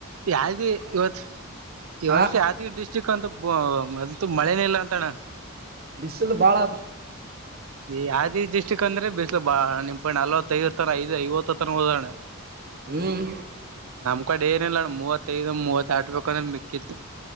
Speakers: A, on the right; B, on the right.
A: ಯಿ ಇವತ್ ಈ ವರ್ಷ
B: ಆ
A: ಯಾದಿ ಡಿಸ್ಟಿಕ್ ಅಂತ ಅಂತೂ ಮಳೆನ ಇಲ್ಲ ಅಂತಣ್ಣ
B: ಬಿಸಿಲು ಬಾಳ ಆದ
A: ಯಾವೀ ದಷ್ಟಕ್ ಅಂದ್ರೆ ಬಿಸ್ಲು ಬಾಳ ನಿಮ್ ಕ ನಲ್ವತ್ತೈದು ತನ ಐದು ಐವತ್ತು ತನ ಓದೋಣ
B: ಹ್ಮ್
A: ಒ ಕಡೆ ಏನ ಇಲ್ಲಣ ಮೂವತ್ತೈದು ಮೂವತ್ ಆಬೇಕುಂದ್ರೆ ಮಿಕ್ಕಿತ್ತು